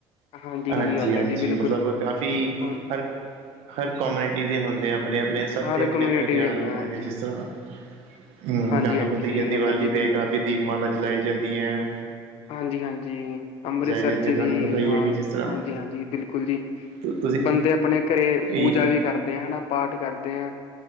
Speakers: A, on the left (about 70°); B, on the right (about 75°).
A: ਹਾਂਜੀ ਸਹੀ
B: ਹਾਂਜੀ-ਹਾਂਜੀ,
A: ਗੱਲ ਹੈ ਜੀ ਬਿਲਕੁਲ
B: ਮਤਲਬ ਕਾਫ਼ੀ
A: ਹੁਣ
B: ਹਰ ਹਰ ਕੌਮੇਨਟੀ ਦੇ ਹੁੰਦੇ ਆ ਆਪਣੇ-ਆਪਣੇ ਸਭ
A: ਹਰ
B: ਦੇ ਆਪਣੇ-ਆਪਣੇ
A: ਕਮਿਊਨਿਟੀ
B: ਤਿਉਹਾਰ
A: ਦੇ ਹੈਗੇ
B: ਬੰਦੇ
A: ਆ ਹਾਂਜੀ
B: ਦੇ, ਜਿਸ ਤਰ੍ਹਾਂ ਤੁਹਾਨੂੰ
A: ਹਾਂਜੀ ਹਾਂਜੀ
B: ਪਤਾ
A: ਸਹੀ
B: ਈ ਐ, ਦਿਵਾਲੀ
A: ਗੱਲ ਹੈ ਜੀ
B: ਤੇ ਕਾਫੀ ਦੀਪਮਾਲਾ ਜਲਾਈ ਜਾਂਦੀਆ।
A: ਹਾਂਜੀ-ਹਾਂਜੀ ਅੰਮ੍ਰਿਤਸਰ'ਚ
B: ਜਾਂਦੀ ਹੈ ਤੁਹਾਨੂੰ
A: ਵੀ,
B: ਪਤਾ ਹੀ
A: ਹਾਂ,
B: ਹੈ ਕਿ ਜਿਸ ਤਰ੍ਹਾਂ
A: ਹਾਂਜੀ-ਹਾਂਜੀ, ਬਿਲਕੁਲ ਜੀ।
B: ਤੁ ਤੁਸੀਂ
A: ਬੰਦੇ ਆਪਣੇ ਘਰੇ ਪੂਜਾ
B: ਇਹ
A: ਵੀ ਕਰਦੇ ਆ ਹਣਾ, ਪਾਠ ਕਰਦੇ ਆਂ।